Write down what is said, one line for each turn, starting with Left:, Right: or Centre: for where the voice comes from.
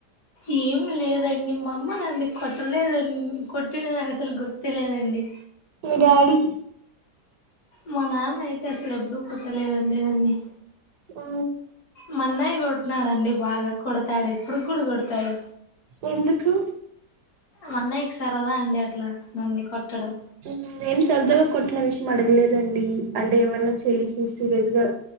Left: ఏమి లేదండి మా అమ్మ నన్ను కొట్టలేదండి కొట్టినది నాకు అసలు గుర్తే లేదండి.
Right: డాడీ
Left: మా నాన్న అయితే అసలు ఎప్పుడూ కొట్టలేదండి నన్ని
Right: ఆ
Left: మా అన్నయ కొట్న్నాడుండి బాగా కొడతాడు ఇప్పుడుకి కూడా కొడతాడు.
Right: ఎందుకు
Left: మా అన్నయ్యకి సరదా అండి అట్లా నన్ను కొట్టడం.
Right: ఉమ్ నేను సరదాగా కొట్టిన విషయం అడగలేదండి అంటే ఏమన్నా చేసి సీరియస్ గా